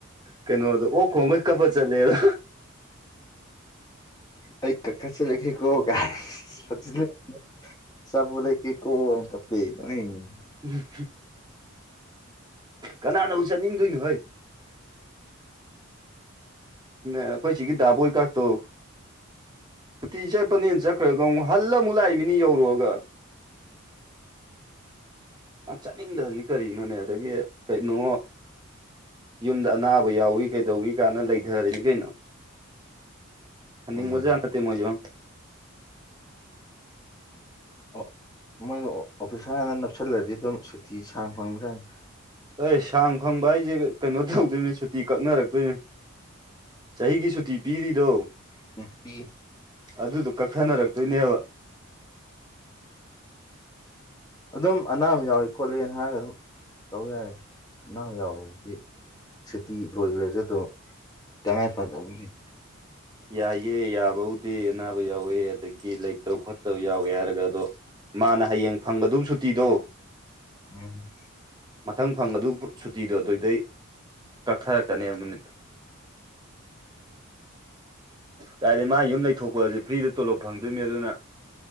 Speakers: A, on the right; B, on the left.
A: ꯀꯩꯅꯣꯗꯣ ꯑꯣ ꯈꯣꯡꯒꯩ ꯀꯞꯄ ꯆꯠꯂꯦꯗꯣ
B: ꯑꯩ ꯀꯥ ꯀꯥ ꯆꯠꯂꯒꯦꯀꯣ ꯐꯖꯗꯔꯦ ꯑꯆꯥꯄꯣꯠ ꯂꯩꯀꯦꯀꯣꯅ ꯀꯞꯄꯦ ꯅꯣꯛꯅꯤꯡꯉꯦ
A: ꯎꯝ ꯀꯅꯥꯅꯕꯨ ꯆꯠꯅꯤꯡꯗꯣꯏꯅꯣ ꯍꯩ ꯑꯩꯈꯣꯏ ꯁꯤꯒꯤ ꯗꯥꯕꯣꯏ ꯀꯥꯥꯛꯇꯣ ꯁꯨꯇꯤ ꯆꯠꯄꯅꯦꯅ ꯆꯠꯈ꯭ꯔꯒ ꯑꯃꯨꯛ ꯍꯜꯂ ꯑꯃꯨꯛ ꯂꯥꯛꯏ ꯃꯤꯅꯤ ꯌꯧꯔꯨꯔꯒ
B: <inaudible>
A: ꯃꯥ ꯆꯠꯅꯤꯡꯗꯕꯖꯤ ꯀꯔꯤꯅꯣꯅꯦ ꯑꯗꯒꯤ ꯀꯩꯅꯣ ꯌꯨꯝꯗ ꯑꯅꯥꯕ ꯌꯥꯎꯋꯤ ꯀꯩꯗꯧꯋꯤ ꯀꯥꯟꯅ ꯂꯩꯊꯔꯔꯅꯤ ꯀꯩꯅꯣ ꯍꯟꯅꯤꯡꯕꯖꯥꯠ
B: ꯎꯝ
A: ꯅꯠꯇꯦ ꯃꯣꯏꯖꯨ
B: ꯑꯣ ꯃꯣꯏꯗꯣ ꯑꯣꯐꯤꯁꯗ ꯅꯞꯁꯜꯂꯗꯤ ꯑꯗꯨꯝ ꯁꯨꯇꯤ ꯁꯥꯡ ꯐꯪꯕꯖꯥꯠꯅꯤ
A: ꯑꯩ ꯁꯥꯡ ꯐꯪꯕ ꯍꯥꯏꯖꯦ ꯀꯩꯅꯣ ꯇꯧꯗꯣꯏꯅꯤ ꯁꯨꯇꯤ ꯀꯛꯅꯔꯛꯇꯣꯏꯅꯤ ꯆꯍꯤꯒꯤ ꯁꯨꯇꯤ ꯄꯤꯔꯤꯗꯣ
B: <unintelligible>
A: ꯑꯗꯨꯗꯣ ꯀꯛꯊꯅꯔꯛꯇꯣꯏꯅꯦꯕ
B: ꯑꯗꯨꯝ ꯑꯅꯥꯕ ꯌꯥꯎꯏ ꯈꯣꯠꯂꯤꯅ ꯍꯥꯏꯔꯒ ꯑꯗꯨꯝ ꯇꯧꯕ ꯌꯥꯏ ꯑꯅꯥꯕ ꯌꯥꯎꯕꯁꯤꯗꯤ ꯁꯨꯇꯤ ꯂꯣꯏꯈ꯭ꯔꯁꯨ ꯑꯗꯨꯝ ꯇꯉꯥꯏ ꯐꯗꯕ
A: ꯌꯥꯏꯑꯦ ꯌꯥꯕꯕꯨꯗꯤ ꯑꯅꯥꯕ ꯌꯥꯎꯋꯦ ꯑꯗꯒꯤ ꯂꯩꯇꯕ ꯈꯣꯠꯇꯕ ꯌꯥꯎꯋꯦ ꯍꯥꯏꯔꯒ ꯑꯗꯣ ꯃꯥꯅ ꯍꯌꯦꯡ ꯐꯪꯒꯗꯧ ꯁꯨꯇꯤꯗꯣ
B: ꯎꯝ
A: ꯃꯊꯪ ꯐꯪꯒꯗꯧ ꯁꯨꯇꯤꯗꯣ ꯑꯗꯨꯏꯗꯩ ꯀꯛꯊꯔꯛꯀꯅꯦꯕ ꯅꯨꯃꯤꯠꯇꯣ ꯀꯥꯏꯗꯩ ꯃꯥ ꯌꯨꯝ ꯂꯩꯊꯣꯛꯄꯁꯦ ꯐ꯭ꯔꯤꯗ ꯇꯣꯂꯣꯞ ꯐꯪꯗꯣꯏꯅꯤ ꯑꯗꯨꯅ